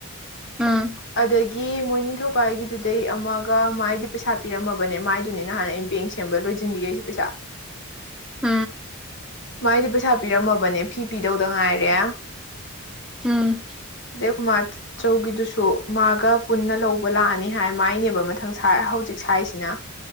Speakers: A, in the centre; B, on the left.
A: ꯎꯝ
B: ꯑꯗꯒꯤ ꯃꯣꯏ ꯅꯤꯡꯊꯧꯀꯥꯏꯒꯤꯗꯨꯗꯩ ꯑꯃꯒ ꯃꯥꯏꯗꯤ ꯄꯩꯁꯥ ꯄꯤꯔꯝꯃꯕꯅꯦ ꯃꯥꯏꯗꯨꯅꯦ ꯅꯍꯥꯟ ꯑꯩ ꯕꯦꯡ ꯁꯦꯝꯕ ꯂꯣꯏꯁꯤꯟꯕꯤꯈꯩꯁꯤ ꯄꯁꯥ
A: ꯍ
B: ꯃꯥꯏꯗꯤ ꯄꯩꯁꯥ ꯄꯤꯔꯝꯃꯕꯅꯦ ꯐꯤ ꯄꯤꯗꯧꯗ ꯉꯥꯏꯔꯦ
A: ꯎꯝ
B: ꯗ ꯃꯥ ꯆꯧꯒꯤꯗꯨꯁꯨ ꯃꯥꯒ ꯄꯨꯟꯅ ꯂꯧꯕ ꯂꯥꯛꯑꯅꯤ ꯍꯥꯏ ꯃꯥꯏꯅꯦꯕ ꯃꯊꯪ ꯍꯧꯖꯤꯛ ꯁꯥꯏꯁꯤꯅ